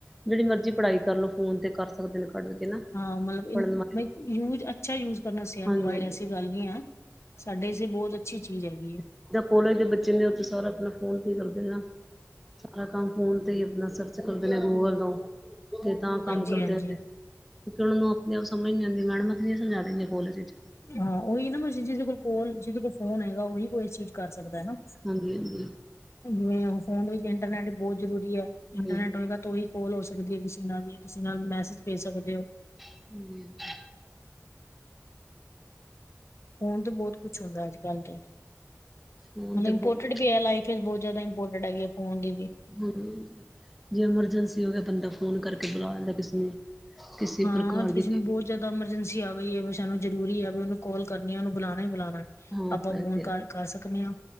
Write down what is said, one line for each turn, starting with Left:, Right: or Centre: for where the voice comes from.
Centre: ਜੇਹੜੀ ਮਰਜ਼ੀ ਪੜਾਈ ਕਰ ਲਓ, ਫੋਨ ਤੇ ਕਰ ਸਕਦੇ ਨੇ ਕੱਢ ਕੇ ਨਾ
Left: ਹਾਂ, ਮਤਲਬ
Centre: ਪੜ੍ਹਨ ਵਾਲੇ
Left: ਯੂਜ ਆ ਅੱਛਾ ਯੂਜ ਕਰਨਾ ਸੀ ਆਂ
Centre: ਹਾਂਜੀ
Left: ਮੋਬਾਇਲ
Centre: ਹਾਂਜੀ
Left: ਐਸੀ ਗੱਲ ਨਈ ਆ, ਸਾਡੇੇ ਵਾਸਤੇ ਬੋਤ ਅੱਛੀ ਚੀਜ਼ ਹੈਗੀ ਆ।
Centre: ਜੇਹੜੇ ਕਾਲਜ ਦੇ ਬੱਚੇ ਨੇ ਉਹ ਤਾਂ ਸਾਰਾ ਆਪਣਾ ਫੋਨ ਤੇ ਕਰਦੇ ਨਾ। ਸਾਰਾ ਕੰਮ ਫੋਨ ਤੇ ਈ ਆਪਣਾ ਸਰਚ ਕਰਦੇ ਨੇ ਗੂਗਲ ਤੋਂ, ਤੇ ਤਾਂ ਕੰਮ
Left: ਹਾਂਜੀ
Centre: ਕਰਦੇ
Left: ਹਾਂਜੀ
Centre: ਹਜੇ, ਕਿਓਕੀ ਓਹਨਾਂ ਨੂੰ ਆਪਣੇ ਆਪ ਸਮਂਝ ਨੀ ਆਂਦੀ, ਮੈਡਮਾਂ ਕਿ ਸਮਝਾ ਦੇਣਗੀਆ ਕੋਲੇਜ ਵਿੱਚ।
Left: ਹਾਂ ਓਹੀ ਨਾ ਮਰਜ਼ੀ ਜਿਹਦੇ ਕੋਲ - ਜਿਹਦੇ ਕੋਲ ਫੋਨ ਹੈਗਾ ਓਹੀ ਕੋ ਇਸ ਚੀਜ਼ ਕਰ ਸਕਦਾ ਹਨਾ
Centre: ਹਾਂਜੀ ਹਾਂਜੀ
Left: ਜਿਵੇਂ ਫੋਨ ਵਿੱਚ ਇੰਟਰਨੈਟ ਬੋਤ ਜ਼ਰੂਰੀ ਆ, ਇੰਟਰਨੈਟ
Centre: ਹਾਂਜੀ
Left: ਹੋਏਗਾ ਤਾਂ ਓਹੀ ਕੋਲ ਹੋ ਸਕਦੀ ਆ, ਕਿਸੇ ਨਾਲ ਵੀ ਜਾਂ ਕਿਸੇ ਨਾਲ ਮੈਸੇਜ ਭੇਜ ਸਕਦੇ ਓ।
Centre: ਹਮ <unintelligible>
Left: ਫੋਨ ਤੇ ਬਹੁਤ ਕੁੱਛ ਹੁੰਦਾ ਅੱਜ -ਕੱਲ ਤੇ,
Centre: ਫੋਨ
Left: ਹੁਣ
Centre: ਤੇ
Left: ਇਮਪੋਂਰਟਿਡ
Centre: ਬਹੁਤ
Left: ਦੀ ਹੈ ਲਾਈਫ ਬੋਤ ਜ਼ਾਦਾ ਇੰਮਪੋਰਟੈਂਟ ਹੈਗੀ ਆ ਫੋਨ ਦੀ ਵੀ।
Centre: ਹੂੰ, ਜੇ ਐਮਰਜੈਂਸੀ ਹੋ ਗਿਆ ਬੰਦਾ ਫੋਨ ਕਰਕੇ ਬੁਲਾ ਲੈਂਦਾ ਕਿਸੇ ਨੂੰ। ਕਿਸੇ
Left: ਹਾਂ
Centre: ਪ੍ਰਕਾਰ ਦੀ
Left: ਕਿਸੇ ਨੂੰ ਬੋ ਜਦੋਂ ਐਮਰਜੈਂਸੀ ਆ ਗਈ ਐ ਸਾਨੂੰ ਜ਼ਰੂਰੀ ਆ ਵੀ ਉਹਨੂੰ ਕਾਲ ਕਰਨੀ ਉਹਨੂੰ ਬੁਲਾਣਾ ਈ ਬੁਲਾਣਾ।
Centre: ਹਾਂ
Left: ਆਪਾਂ
Centre: ਇਹ
Left: ਫੋਨ
Centre: ਤੇ ਹੈ
Left: ਕਰ ਕਰ ਸਕਦੇ ਆ